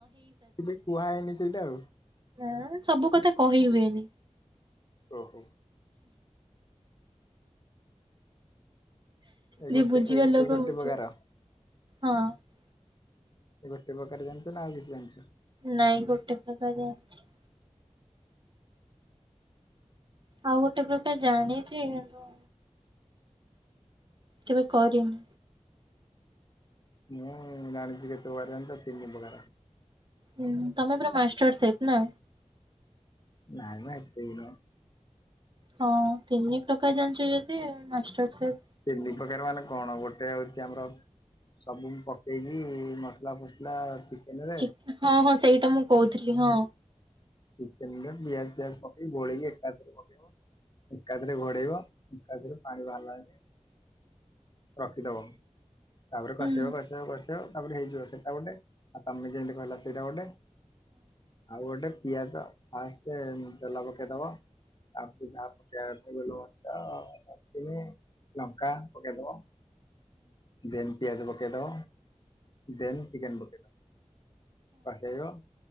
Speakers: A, on the left (about 35°); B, on the right (about 40°).
A: ଏବେ କୁହା ହେଇନି ସେଇଟା ଆଉ
B: ଏ ସବୁ କଥା କହି ହୁଏନି
A: ଓହୋ ଏଇ
B: ଯିଏ
A: ଗୋଟେ
B: ବୁଝିବା
A: ଏଇ ଏଇ
B: ଲୋକ
A: ଗୋଟେ
B: ବୁଝିବ
A: ପକାର
B: ହଁ
A: ଏ ଗୋଟେ ପ୍ରକାର ଯାନିଛ ନା ଆଉ କି ଜାଣିଛ
B: ନାଇଁ ଗୋଟେ ପ୍ରକାର ଜାଣିଚି। ଆଉ ଗୋଟେ ପ୍ରକାର ଜାଣିଛିୁ ହେନ୍ କେବେ କରିନି
A: ମୁଁ ଜାଣିଚି କେତ ପ୍ରକାର ଜାଣିଚ ତିନି ପକାର
B: ହୁଁ ତମେ ପୁରା ମାଷ୍ଟର ସେଫ୍ ନା
A: ନାଇମ ଏତେ ବି ନୁହଁ।
B: ହଁ ତିନି ପ୍ରକାର ଜାଣିଛ ଯଦି ମାଷ୍ଟରସେଫ୍
A: ତିନିପ୍ରକାର ମାନେ କଣ ଗୋଟେ ହଉଚି ଆମର ସବୁ ମୁଁ ପକେଇକି ମସଲା ଫସଲା ରେ
B: ଚିକ୍ ହଁ ହଁ ସେଇଟା ମୁଁ କହୁଥିଲି ହଁ
A: ଚିକେନ୍ ରେ ପିଆଜ ଫିଆଜ ପକେଇକି ଗୋଳେଇକି ଏକାଥରେ ପକେଇବ। ଏକାଥରେ ଘୋଡେଇବ ଏକାଥରେ ପାଣିବାହାରିଲା ଯାଙ୍ଗେ ରଖିଦବ ତାପରେ
B: ହୁଁ।
A: କସିବ କସିବ କସିବ ତାପରେ ହେଇଯିବ ସେଟା ଗୋଟେ ତମେ ଯେମିତି କହିଲ ସେଇଟା ଗୋଟେ ଆଉ ଗୋଟେ ପିଆଜ ଫାଷ୍ଟେ ଉଁ ତେଲ ପକେଇଦବ ତାପରେ ଯାହା ପକେଇବା କଥା ଗୋଲମରିଚ, ଡ଼ାଲଚୀନ୍, ଲଙ୍କା ପକେଇଦବ ଦେନ୍ ପିଆଜ ପକେଦବ ଦେନ୍ ଚିକେନ ପକେଦବ। ପାସ ହେବ